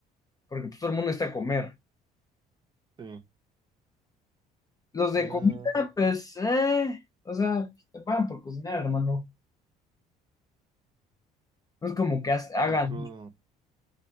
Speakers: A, on the left; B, on the right.
A: porque pues todo el mundo está a comer.
B: Sí.
A: Los de
B: Ah,
A: comida, pues, eh, o sea, pues, te pagan por cocinar, hermano. No es como que haz- hagan,
B: otro.